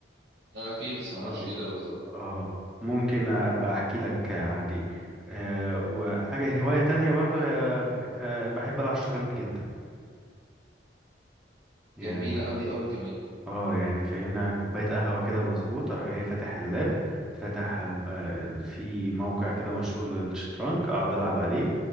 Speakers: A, on the right; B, in the centre.
A: اكيد بس ما اعرفش
B: اه
A: ايه ده بالظبط
B: اه ممكن أبقى أحكي لك آه، عليه آه، وحاجة هواية تانية برضو هي آه، بحب ألعب شطرنج جدا يعني
A: جميله قوي قوي كمان
B: اه يعني فهمنا كوباية قهوة كده مظبوط اروح جاي فاتح اللاب فاتح الم... آه ال- في موقع كده مشهور للشطرنج اقعد العب عليه